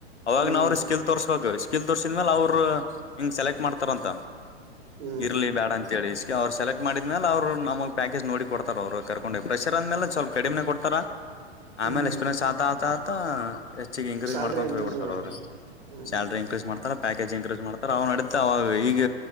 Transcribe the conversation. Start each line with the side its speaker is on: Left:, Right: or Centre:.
Left: ಅವಾಗ
Right: ಹ್ಮ್
Left: ನ ಅವ್ರ ಸ್ಕಿಲ್ ತೋರ್ಸ್ಬೇಕು ಸ್ಕಿಲ್ ತೋರ್ಸಿದ್ಮೇಾಲ ಅವ್ರರು ಹಿಂಗ್ ಸೆಲೆಕ್ಟ್ ಮಾಡ್ತಾರಂತ
Right: ಹ್ಮ್
Left: ಇರ್ಲಿ ಬೇಡ ಅಂತ ಹೇಳಿ ಅವ್ರು ಸೆಲೆಕ್ಟ್ ಮಾಡಿದ ಮೇಲೆ ಅವರು ನಮಗೆ ಪ್ಯಾಕೇ್ ನೋಡಿ ಕೊಡ್ತಾರೆ ಅವರು ಕರ್ಕೊಂಡು ಡ ಫ್ರೆಷರ್ ಅ ಆದಮೇಲೆ ಸ್ಲ್ಪ ಕಡಿಮೆ ಕೊಡ್ತಾರೆ ಆಮೇಲೆ
Right: ಹ್ಮ್
Left: ಎಕ್ಸ್ಪೀರಿಯನ್ಸ್ ಆತ ಆತತ ಹೆಚ್ಚಿಗೆ ಇನ್ಕ್ರೀಸ್
Right: ಸ್ಯಾಲ್ರಿ
Left: ಮಾಡ್ಕೊಂತ
Right: ಇನ್ಕ್ರೀಸ್
Left: ಹಳ್ಬಿಡ್ತ
Right: ಮಾಡದ
Left: ಅವ್ರ
Right: ಹ್ಮ್
Left: ಸಲ್ರಿ ತರ ಪ್ಯಾಕೇಜ್ ಇನ್ಕ್ರೀಸ್ ಮಾಡ್ತಾರೆ ಅವ್ ನಡತೆ ಅವಾಗ ಈಗ